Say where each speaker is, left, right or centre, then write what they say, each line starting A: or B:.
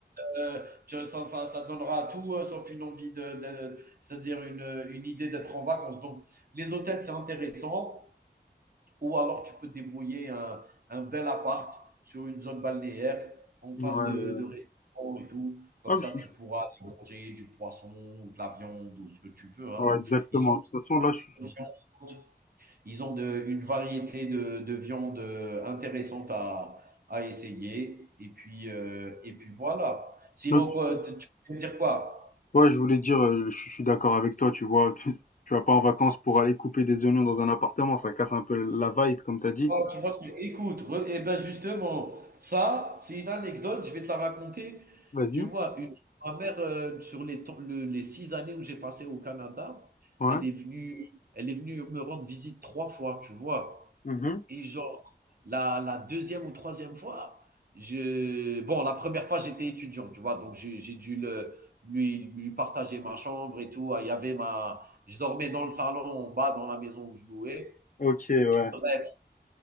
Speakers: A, on the right (about 60°); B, on the left (about 50°).
A: euh, ça, ça- ça donnera à tout euh, sauf une envie de, de- c'est-à-dire une, une idée d'être en vacances. Donc, les hôtels, c'est intéressant. Ou alors, tu peux te débrouiller un, un bel appart sur une zone balnéaire en face
B: Ouais.
A: de, de restaurants et tout. Comme
B: Ah,
A: ça,
B: je suis-
A: tu pourras aller manger du poisson ou de la viande ou ce que tu veux. hein.
B: ouais, exactement.
A: Ils ont aussi
B: De toute façon, là, je
A: de la viande, ils ont de, une variété de, de viande intéressante à, à essayer. Et puis, euh, et puis voilà. Sinon,
B: Ok.
A: quoi, tu peux me dire quoi
B: Ouais, je voulais dire, euh, je je suis d'accord avec toi, tu vois, <laughs> tu, tu vas pas en vacances pour aller couper des oignons dans un appartement, ça casse un peu la vibe, comme t'as
A: tu
B: dit.
A: vois, tu vois ce que- Écoute, re- eh ben justement, ça, c'est une anecdote, je vais te la raconter.
B: Vas-y.
A: Tu vois, une, ma mère, euh, sur les, temps- le- les six années où j'ai passé au Canada,
B: Ouais.
A: elle est venue, elle est venue me rendre visite trois fois, tu vois.
B: Mhm.
A: Et genre, la la 2 ou troisième fois, je bon, la première fois, j'étais étudiant, tu vois? Donc j'ai j'ai dû le lui lui partager ma chambre et tout. Ah, il y avait ma je dormais dans le salon, en bas, dans la maison où je louais.
B: Ok, ouais.
A: Bref,